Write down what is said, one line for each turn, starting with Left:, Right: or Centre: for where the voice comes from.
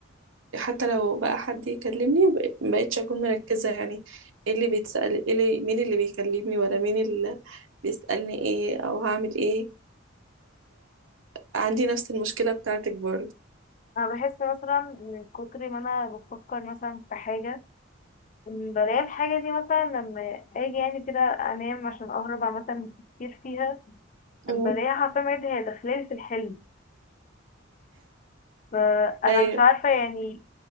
Right: حتى لو بقى حد يكلمني ب- مبقتش اكون مركزه يعني ايه اللي بيتسال ايه اللي... مين اللي بيكلمني ولا مين اللي بيسالني ايه او هعمل ايه فعندي نفس المشكله بتاعتك برضه
Left: انا بحس مثلا من كتر ما انا بفكر مثلا في حاجة بلاقي الحاجة دي مثلا لما اجي يعني كده انام عشان اهرب مثلا من التفكير فيها
Right: امم.
Left: بلاقيها حرفيا بجد هي داخلالي في الحلم فانا
Right: ايوه
Left: مش عارفة يعني